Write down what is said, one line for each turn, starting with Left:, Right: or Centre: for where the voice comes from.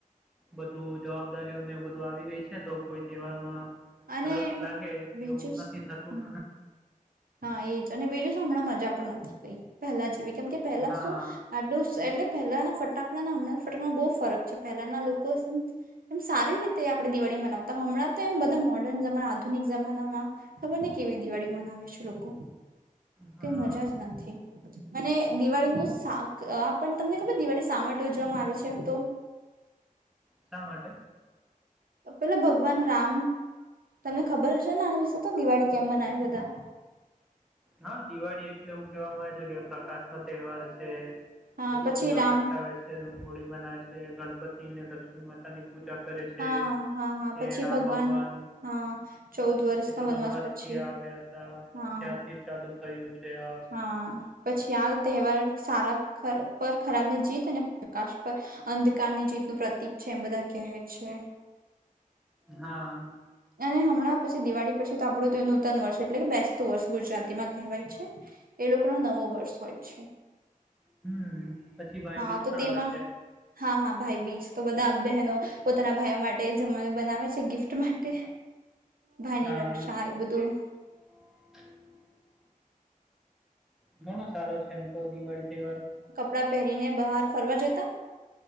Centre: બધું જવાબદારીઓને બધું આવી ગઈ છે તો કોઈ તહેવારમાં
Right: અને
Centre: રસ લાગે તેવું
Right: બીજું
Centre: નથી થતું.
Right: હમ હા એજ અને બીજું હમણાં મજા પણ નથી કઈ પહેલા જેવી કેમ કે પહેલા
Centre: હા,
Right: શું આડું એટલે પહેલા ફટાકડાના હમણાં ફટાડામાં બહુ ફરક છે પહેલાના લોકો એમ સારી રીતે આપણે દિવાળી મનાવતા હમં તો એમ બધા મોર્ન જમાના આધુનિક જમાનામાં ખબર ને કેવી દિવાળી મનાવેશું <inaudible>
Centre: હા.
Right: કઈ મજા જ નથી મ દિવાળી ન શાક પણ તમને ખબર દિવાળી શા માટે ઉજવામાં આવે છે તો
Centre: શા માટે
Right: પેલા ભગવાન રામ તમને ખબર હશે ને આના વિશે તો દિવાળી કેમ મનાવે બધા
Centre: હા દિવાળી એટલે એવું કેહેવામાં આવે છે કે પ્રકાશ નો તહેવાર છે.
Right: હા
Centre: લોકો
Right: પછી
Centre: દીવા
Right: રામ
Centre: પ્રગટાવે છે રંગોળી બનાવે છે ગણપતિ ને લક્ષ્મી માતા ની પૂજા કરે છે
Right: હા હા હા
Centre: એ
Right: પછી
Centre: રામ ભગવાન
Right: હા ચૌદ વર્ષના
Centre: એ તો વનવાસ
Right: પછી
Centre: થી આવ્યા હતા
Right: હા
Centre: ત્યારથી થયું છે આ
Right: હા પછી આ તહેવાર સારા ખર પર ખરાબની જીત અને પ્રકાશ પર અંધકારની જીતનું પ્રતિક છે એમ બધા કહે છે.
Centre: હા
Right: અને હમણાં પછી દિવાળી પછી તો આપણું તો નૂતન વર્ષ એટલે બેસતું વર્ષ ગુજરાતીમાં કહેવાય છે એ લોકોનો નવો વર્ષ હોય છે.
Centre: હમ પછી ભાઈ
Right: હા
Centre: બીજ
Right: તો
Centre: પણ
Right: તેમાં
Centre: આવે છે.
Right: હા હા ભાઈ બીજ તો બધા બહેનો પોતાના ભાઈઓ માટે જમવાનું બનાવે છે. ગિફ્ટ મા તે ભાઈની
Centre: હા.
Right: રક્ષા એ બધું
Centre: <inaudible> ઘણો સારો છે એમ તો દિવાળી તહેવાર
Right: પડા પેરી ને બહાર ફરવા જતા